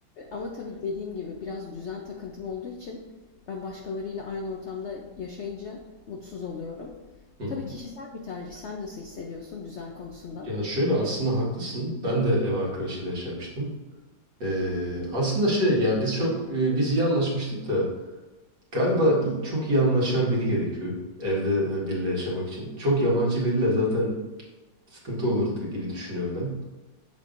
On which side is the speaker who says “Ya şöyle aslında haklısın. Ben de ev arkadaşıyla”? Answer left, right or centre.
Right